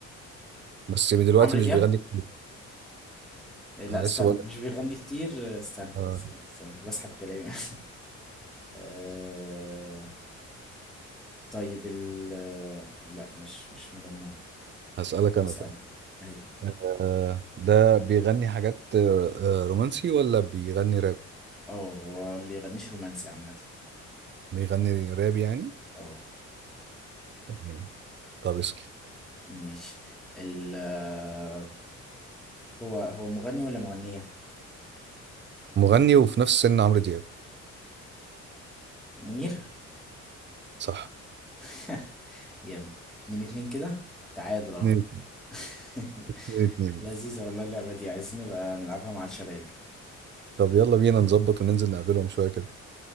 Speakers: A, on the right (about 40°); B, in the centre.
A: بس من دلوقتي
B: عمرو
A: مش
B: دياب
A: بيغني كتير
B: آه، لا
A: انا
B: استنى
A: لسه بقول لك
B: مش بيغني كتير آه، استنى
A: آه،
B: استنى استنى بسحب كلامي <laughs> آه طيب ال لا مش مش مجمع
A: هسألك
B: طب
A: انا
B: اسأل
A: طيب
B: هي
A: آه، ده بيغني حاجات آه، رومانسي ولا بيغني راب
B: اه هو ما بيغنيش رومانسي عامة
A: بيغني راب يعني
B: اه
A: تمام طب اسأل
B: ماشي ال آه، هو هو مغني ولا مغنية؟
A: مغني وفي نفس سن عمرو دياب
B: منير
A: صح
B: <laughs> جامد اتنين اتنين كده تعادل اهو
A: اتنين
B: <laughs>
A: اتنين اتنين
B: لذيذة والله اللعبة دي عايزين نبقى نلعبها مع الشباب
A: طب يلا بينا نظبط وننزل نقابلهم شوية كده